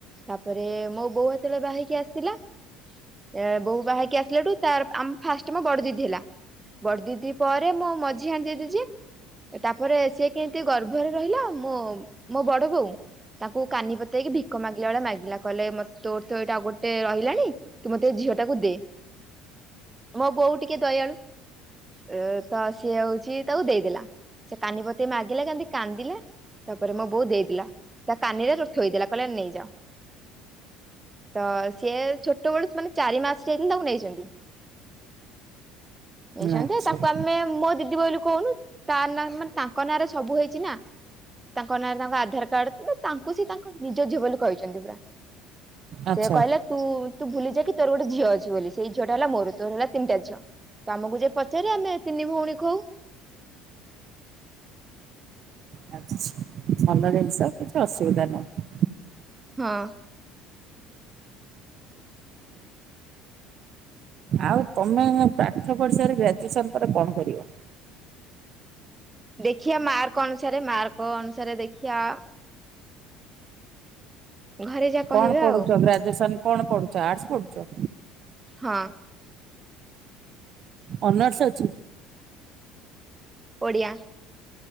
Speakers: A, on the right; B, on the right.
A: ତାପରେ ମୋ ବୋଉ ହେତେଳେ ବାହା ହେଇକି ଆସିଥିଲାା ଏ ବୋଉ ବାହା ହେଇକି ଆସିଲାଠୁ ତାର ଆମ ଫାଷ୍ଟ ମୋ ବଡ ଦିଦି ହେଲା। ବଡ ଦିଦି ପରେ ମୋ ମଝିଆ ଦିଦି ଯିଏ ଏ ତାପରେ ସିଏ କେମିତି ଗର୍ଭରେ ରହିଲା। ମୋ ମୋ ବଡ ବୋଉ ତାକୁ କାନି ପତେଇକି ଭିକ ମାଗିଲା ଭଳିଆ ମାଗିଲା। କହିଲା ଏ ମ ତୋର ତ ଏଇଟା ଆଉ ଗୋଟେ ରହିଲାଣି ତୁ ମୋତେ ଝିଅ ଟାକୁ ଦେ। ମୋ ବୋଉ ଟିକେ ଦୟାଳୁ। ଅ, ତ ସିଏ ହଉଛି ତାକୁ ଦେଇଦେଲା। ସେ କାନି ପତେଇ ମାଗିଲା କାନ୍ଦି କାନ୍ଦିଲା। ତାପରେ ମୋ ବୋଉ ଦେଇଥିଲା। ତା କାନିରେ ର - ଥୋଇଦେଲା କହିଲା ନେଇଯାଅ। ତ ସିଏ ଛୋଟବେେଳୁ ମାନେ ଚାରି ମାସ ଯାଇଥିଲେ ତାକୁ ନେଇଛନ୍ତି। ନେଇଛନ୍ତି,
B: ଆଚ୍ଛା
A: ତାକୁ
B: ହୁଁ।
A: ଆମେ ମୋ ଦିଦି ବୋଲି କହୁନୁ। ତା ନା ମାନେ ତାଙ୍କ ନାଁରେ ସବୁ ହେଇଛି ନା। ତାଙ୍କ ନାଁରେ ତାଙ୍କ ଆଧାର କାର୍ଡ ନ ତାଙ୍କୁ ସେ ତାଙ୍କ ନିଜ ଝିଅ ବୋଲି କହିଛନ୍ତି ପୁରା।
B: ଆଚ୍ଛା
A: ସେ କହିଲା ତୁ ତୁ ଭୁଲି ଯା କି ତୋର ଗୋଟେ ଝିଅ ଅଛି ବୋଲି। ସେଇ ଝିଅ ଟା ହେଲା ମୋର ତୋର ହେଲା ତିନିଟା ଝିଅ। ତ ଆମକୁ ଯିଏ ପଚାରେ ଆମେ ତିନି ଭଉଣୀ କୋହୁ।
B: ଆଚ୍ଛା ଭଲ ଜିନିଷ କିଛି ଅସୁବିଧା ନାହିଁ।
A: ହଁ।
B: ଆଉ ତୋମେ ପାଠ ପଢି ସାରି ଗ୍ରାଜୁଏସନ୍ ପରେ କଣ କରିବ?
A: ଦେଖିଆ ମାର୍କ ଅନୁସାରେ, ମାର୍କ ଅନୁସାରେ ଦେଖିଆ। ଘରେ ଯାହା କହିବେ
B: କଣ ପଢୁଛ?
A: ଆଉ
B: ଗ୍ରାଜୁଏସନ୍ କଣ ପଢୁଛ ଆର୍ଟସ ପଢୁଛ?
A: ହଁ।
B: ଅନର୍ସ ଅଛି?
A: ଓଡ଼ିଆ।